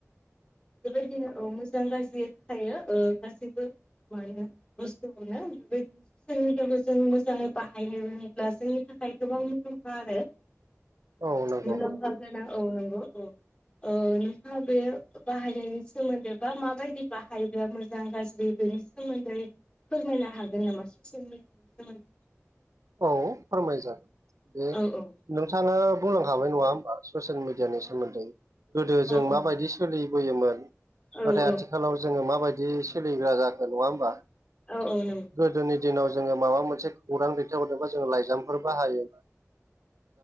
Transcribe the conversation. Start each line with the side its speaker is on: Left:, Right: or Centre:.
Left: बेबायदिनो ओ मोजां गाज्रि थाखाय ओ गासैबो मा बुस्थु बेदिनो मिडया जों मोजाङै बाहायनोब्ला जोंनि थाखाय गोबां मुलाम्फा आरो।
Right: नंगौ
Left: मुलाम्फागोनां औ नंगौ औ। ओ नोंथाङा बे बाहायनायनि सोमोन्दै बा माबायदि बाहायो मोजां गाज्रि बेनि सोमोन्दै फोरमायनो हागोन नामा ससियेल मिडियानि सोमोन्दै
Right: औ फोरमाय जागोन बेे
Left: औ औ
Right: नोंथाङा बुंलांखाबाय नङा ससियेल मिडियानि सोमोन्दै गोदो जों
Left: औ औ
Right: माबायदि सोलिबोयोमोन
Left: औ
Right: नाथाय आथिखालाव जोङो माबायदि सोलिग्रा जागोन नङा होमबा?
Left: औ औ नंगौ।
Right: गोदोनि दिनाव जोङो माबा मोनसे खौरां दैथायहरदोंबा जोङो लाइजामफोर बाहायोमोन।